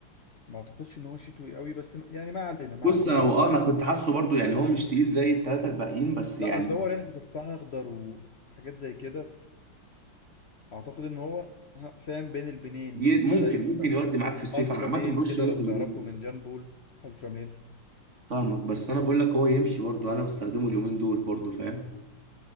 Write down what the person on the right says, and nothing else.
بص
هو
انا كنت حاسه برضو يعني هو مش تقيل زي الثلاثه الباقيين بس
يعني
ي- ممكن
ممكن يودي معاك في الصيف
انا عامه
برش
منه
اليومين
دول
فاهمك بس انا بقول لك هو يمشي برضو انا بستخدمه اليومين دول برضو فاهم